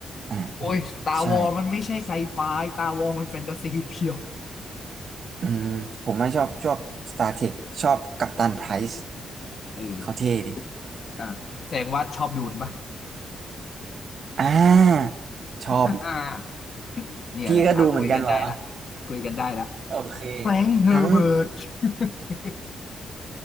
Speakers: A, on the right; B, on the left.
A: อ่ามีใช่
B: โอ้ยตาวอมันไม่ใช่ไซไฟตาวอมันแฟนตาซีเพียว
A: อืมผมไม่ชอบชอบ Star Trek ชอบกัปตันไพรซ์
B: เออ
A: เขาเท่ดิ
B: อ่ะแสดงว่าชอบดูนปะ
A: อ่าชอบ
B: อ่าเนี่ยแหละอ่ะคุยกันได้ละ
A: พี่ก็ดูเหมือนกันเหรอ
B: คุยกันได้ละ
A: โอเค
B: แฟรงค์เฮอร์เบิร์ต
A: ทั้ง
B: <laughs>